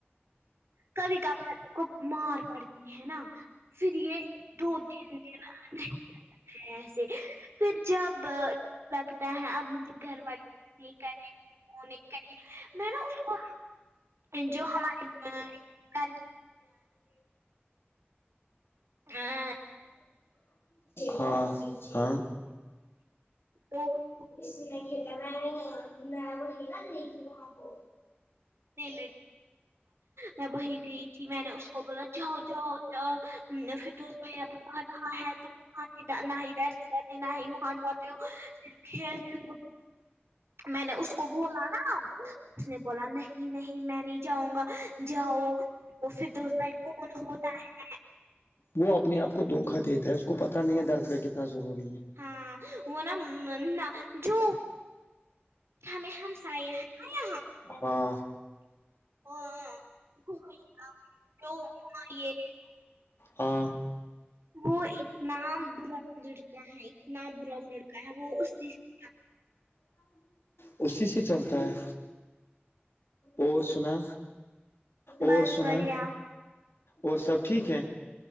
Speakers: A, on the right; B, on the left.
A: کب کب کو مار پڑتی ہے نا <unintelligible> پھر یہ دو تین دن آنے ایسے پھر جب لگتا ہے اب مجھے گھر والے کو نہیں کریں گے وہ نہیں کریں گ میں نا اس کو جو ہمارےھر ہاں
B: ہاں
A: تو <unintelligible>
B: اسی میں کھیتانا میں وہئی نا نہیں تھی وہاں کو
A: ل میں بی گئی تھی میں نے اس کو بولا جاؤ جاؤ جاؤ پھر دوست بھ اب کہا کہا ہے وہاں نہیں ڈ جات نہیں وہاں جات پ کھیلتے میں نے اس کو بولا نا اس نے بولا نہیں نہیں میں نہیں جاؤں گا جاؤ پھر دوستائی کون ہوتا ہے
B: وہ اپنے آپ کو دھوکا دیتا ہے اس کو پتا نہیں ہے درد کا کتنا ضروری ہے
A: ہاں وہ نا جو ہمیں ہم س س
B: ہاں
A: او وہئی تو آئیے
B: ہاں
A: وہ اتنا برا لڑکا ہے اتنا برا لڑکا ہے وہ اسی سے
B: ب اسی سے چلتا ہے اور سنا اور
A: بس
B: سنا
A: بڑھیا
B: اور سب ٹھیک ہے